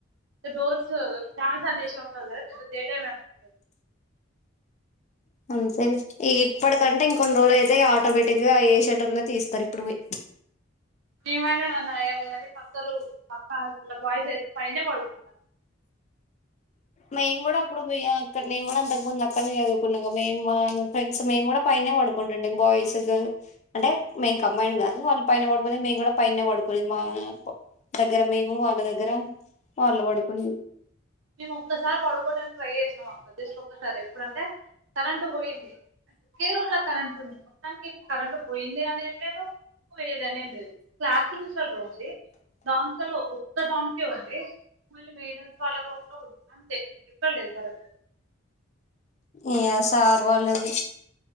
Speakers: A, on the right; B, on the left.
A: డోర్స్ ఫ్యాన్స్ అనేషే ఉంటుంది కదా పెద్ద తేడామనిపియదు.
B: అంతే లే ఇగ ఇప్పటికంటే ఇంకొన్ని రోజులైతే ఆటోమేటిక్గా ఏషేటోళ్ళే తీస్తారు ఇప్పుడు పోయి
A: మిమన్న నయ్యం కానీ పక్క ర్ పక్కన హాస్టల్ల బాయ్స్ అయితే పైన్నే పడుకు
B: మేము కూడా అప్పుడు పోయమక్కడ మేము కూడా అంతకుముందు అక్క న్నే చదువుకున్నాగా మేము మా ఫ్రెండ్స్ మేము కూడా పైనే పడుకుంటండి బాయ్స్ అంటే మేం కంమైండ్ కాదు వాళ్ళు పైన పడుకునేది మేము కూడా పైన్నే పడుకునేద్ మా అవును దగ్గర మేము వాళ్ళ దగ్గర వాళ్ళు పడుకునే
A: మేము ఒక్కసారి పడుకోడాానికి ట్రై చేసాం అక్క జస్ట్ ఒక్కసారే ఎప్పుడంటే కరెంట్ ట్ పోయింది కే రూన్ల కరెంట్ ఉంది మొత్తానికి కరెంట్ పోయింది అని ఏం లేదు పోయేది అని ఏం లేదు క్లాస్ రూమ్స్ లళ్ళో ఉంది దామ్స్ లళ్ళో ఒక్క దానికే ఉంది మళ్ళీ మేడం వాళ్ళ రూమ్ అంతే మీక్ ఎక్కడ లేదు కరెంట్
B: ఇగ సార్ వాళ్ళు